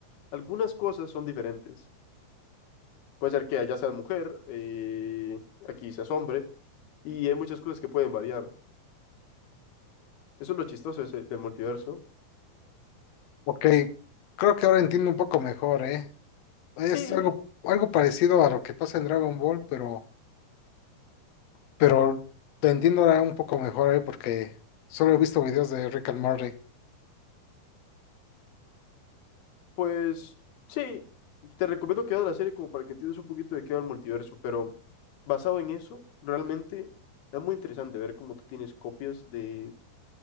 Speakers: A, on the left; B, on the left.
A: algunas cosas son diferentes. Puede ser que allá seas mujer, eh, aquí seas hombre, y hay muchas cosas que pueden variar. Eso es lo chistoso ese- del multiverso.
B: Ok, creo que ahora entiendo un poco mejor, ¿eh? Es
A: Sí,
B: algo, algo parecido a lo que pasa en Dragon Ball, pero, pero te entiendo ahora un poco mejor, ¿eh? Porque solo he visto videos de Rick and Morty.
A: Pues sí, te recomiendo que veas la serie como para que entiendas un poquito de qué va el multiverso, pero basado en eso, realmente es muy interesante ver cómo tú tienes copias de,